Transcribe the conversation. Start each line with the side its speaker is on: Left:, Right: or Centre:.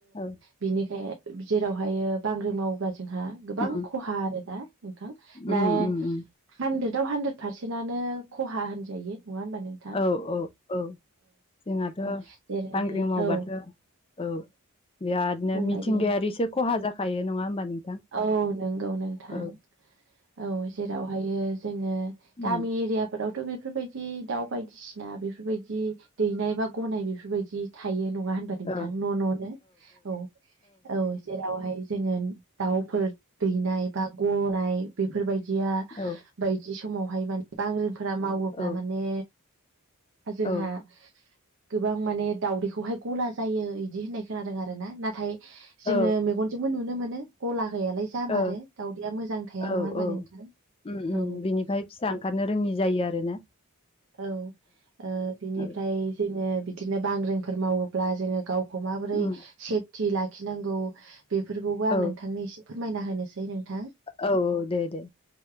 Left: औ।
Right: बिनिखाय जेरावहायो बांग्रि मावोब्ला जोंहा
Left: उम
Right: गोबां खहा आरो ना नोंथां
Left: उम
Right: ना
Left: उम उम
Right: हानद्रेदाव हानद्रेद फारसेन्टआनो खहा होनजायो नङा होनबा नों
Left: औ औ औ जोंहाथ' बांग्रि
Right: औ जेरै
Left: मावबाथ'
Right: औ
Left: औ बिरादनो
Right: बुंलाय
Left: मिथिंगायारिसो
Right: दे
Left: खहा जाखायो नङा होमबा नोंथां।
Right: औ नंगौ नोंथां
Left: औ
Right: औ जेरावहायो जोङो
Left: उम
Right: गामि एरियाब फोरावथ' बेफोरबायदि दाउ बायदिसिना बेफोरबायदि दैनाय बा गनाय बेफोरबायदि थायो नङा होन <unintelligible> नोंथां
Left: ओ
Right: न' न'नो औ औ जे बेवहाय जोङो दाउफोर दैनाय बा गनाय बेफोरबायदिया
Left: औ
Right: बायदि समावहाय माने बांग्रिंफोरा मावोब्ला
Left: औ
Right: माने ओ जोंहा
Left: औ
Right: गोबां माने दावदैखौहाय गला जायो इदि होननाय खोनादों आरोना नाथाय
Left: औ
Right: जोङो मेगनजोंबो नुनो मोनो गला होयालाय जामारो
Left: औ
Right: दावदैया मोजां थाया
Left: औ
Right: नङा होमबा
Left: औ
Right: नोंथां।
Left: उम
Right: औ
Left: उम बिनिफाय फिसा
Right: औ
Left: ओंखारनो रोङि जायो आरोना।
Right: औ ओ बिनिफ्राय
Left: औ
Right: जोङो बि दिनो बांग्रिंफोर मावोब्ला जोङो गावखौ माबोरै
Left: उम
Right: सेफटि लाखिनांगौ बेफोरखौबो आं
Left: औ
Right: नोंथांनो एसे फोरमायना होनोसै नोंथां।
Left: औ दे दे।